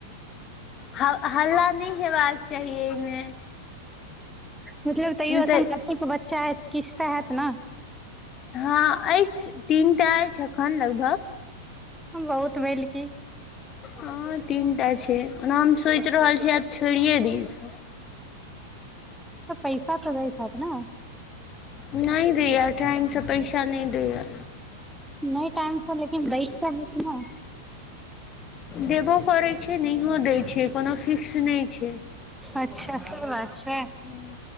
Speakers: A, on the left (about 35°); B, in the centre.
A: ह हल्ला नहि हेबाक चाहि अइमे।
B: मतलब तैयो अखन
A: तऽ
B: कतेक बच्चा हयत किछ तऽ हेत न।
A: हँ अछि तीनटा अछि अखन लगभग।
B: ह बहुत भेल की।
A: हँ तीन टा छै ओना हम सोचि रहल छी आब छोड़िए दी ईसब
B: तऽ पैसा तऽ दैत हेत नऽ।
A: नहि दैया टाइम सँ पैसा नहि दैया।
B: नहि टाइमसँ लेकिन दैत तऽ हेत न।
A: देबो करै छै नहियो दै छै कोनो फिक्स नहि छै।
B: अच्छा से बात छै।
A: हूँ